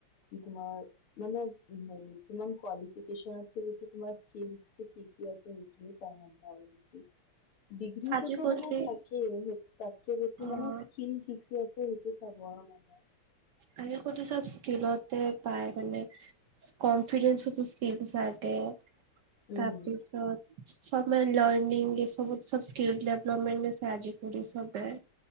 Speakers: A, on the left (about 75°); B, on the right (about 60°).
A: কি তোমাৰ মানে হেৰি কিমান কোৱালি চনত <unintelligible> তোমাৰ স্কিল্লচটো কি কি আছে সেইখিনি চাই বেছি৷ ডিগ্ৰীটোতো
B: আজিকালি
A: মানে থাকে তাতকে বেছি
B: অ'
A: মানে স্কিল কি কি আছে সেইটো চাব আৰু মানুহে৷
B: আ কতো চব স্কিলতে পায় মানে কনফিডেন্সতো স্কিল্ল চাই তে তাপিছত
A: উম
B: ফৰ্মেল লাৰ্ণিং এইচবত চব স্কিল ডেভলপমেন্টছে চাই আজিকালি চবে৷